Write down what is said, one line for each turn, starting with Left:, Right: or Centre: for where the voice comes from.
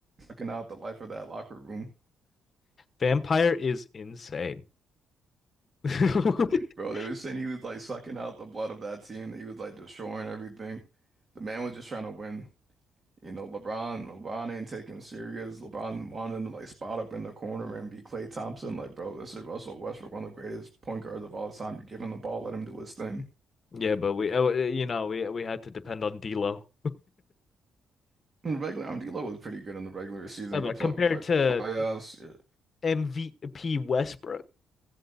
Right: sucking out the life of that locker room,
Left: Vampire is insane. <laughs>
Right: bro. They were saying he was like sucking out the blood of that team. He was like destroying everything. The man was just trying to win. You know, LeBron, LeBron ain't taking him serious. LeBron wanted him to like spot up in the corner and be Klay Thompson. Like, bro, this is Russell Westbrook, one of the greatest point guards of all time. You give him the ball, let him do his thing.
Left: Yeah, but we, uh, uh, you know, we we had to depend on D'Lo.
Right: In the regular, I mean, D'Lo was pretty good in the regular season,
Left: Uh, But
Right: but pl
Left: compared
Right: like
Left: to
Right: playoffs, yeah.
Left: MVP Westbrook,